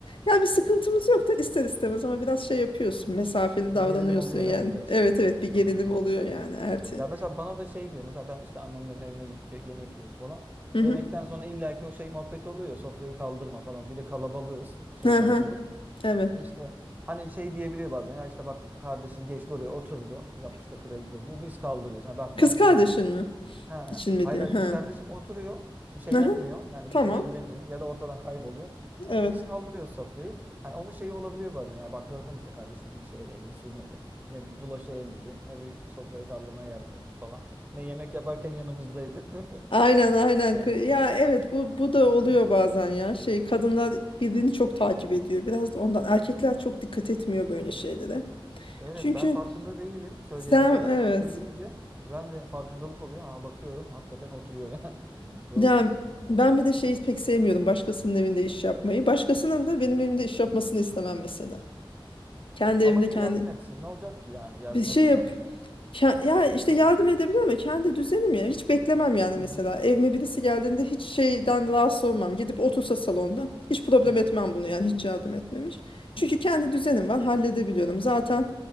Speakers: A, on the left; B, on the right.
A: Ya bir sıkıntımız yok da ister istemez ama biraz şey yapıyorsun. Mesafeli
B: Bir
A: davranıyorsun
B: gerilim oluyor
A: yani.
B: değil mi biraz?
A: Evet evet bir
B: Ha.
A: gerilim oluyor yani elti.
B: Ya mesela bana da şey diyor. Mesela ben işte annemlerin evine gidip ye- yemek yiyoruz falan.
A: Hı
B: Yemekten
A: hı.
B: sonra illaki o şey muhabbeti oluyor ya sofrayı kaldırma falan. Bir de kalabalığız. Şey
A: Hı
B: kalabalık.
A: hı. Evet.
B: E İşte hani şey diyebiliyor bazen. Ya işte bak kardeşin geçti oraya oturdu. Yok işte kraliçe diyor. Biz kaldırıyoruz. Ha bak
A: Kız
B: ben
A: kardeşin
B: gelindim.
A: mi?
B: Ha,
A: İçin mi
B: hayır
A: diyor.
B: hayır
A: Ha.
B: kız kardeşim oturuyor. Bir şey
A: Aha,
B: yapmıyor. Yani
A: tamam.
B: bir şey ellemiyor ya da ortadan kayboluyor. Yani
A: Evet.
B: biz kaldırıyoruz sofrayı. Hani onun şeyi olabiliyor bazen. Ya bak gördüm işte kardeşinin bir şeye de elini sürmedi. Ne bir bulaşı elledi. Ne bir işte sofrayı kaldırmaya yardım etti falan. Ne yemek yaparken yanımızdaydı. <laughs>
A: Aynen aynen.
B: Yani
A: Kı- Ya evet bu bu da oluyor
B: Hı.
A: bazen ya. Şey kadınlar birbirini çok takip ediyor. Biraz da ondan. Erkekler çok dikkat etmiyor böyle şeylere.
B: evet
A: Çünkü
B: ben farkında değilim söyleyene
A: sen
B: kadar
A: evet.
B: ama söyleyince ben de farkındalık oluyor. Aa bakıyorum hakikaten oturuyor yani. <laughs> Doğru.
A: Ya ben bir de şeyi pek sevmiyorum başkasının evinde iş yapmayı. Başkasının da benim evimde iş yapmasını istemem mesela. Kendi
B: Ama
A: evimde
B: niye
A: kendi
B: yardım etsin? Ne olacak ki yani? Yardım
A: bir şey
B: etse
A: yap.
B: sen bir...
A: Ke- Ya işte yardım edebilir ama kendi düzenim ya. Hiç beklemem yani
B: Hı
A: mesela.
B: hı.
A: Evime birisi geldiğinde hiç şeyden rahatsız olmam. Gidip otursa salonda. Hiç problem
B: Hı hı.
A: etmem bunu yani hiç yardım etmemiş. Çünkü kendi düzenim var halledebiliyorum. Zaten